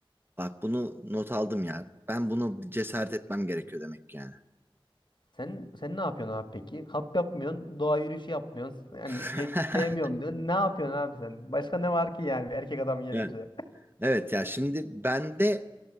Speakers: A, on the right; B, on the left.
A: Bak bunu not aldım ya. Ben bunu bir cesaret etmem gerekiyor demek ki yani.
B: Sen sen ne yapıyorsun abi peki? Kamp yapmıyorsun, doğa yürüyüşü yapmıyorsun. Yani
A: <laughs>
B: pek sevmiyorum diyorsun. Ne yapıyorsun abi sen? Başka ne var ki yani bir erkek adamın yapacağı?
A: Yani
B: <laughs>
A: evet ya şimdi bende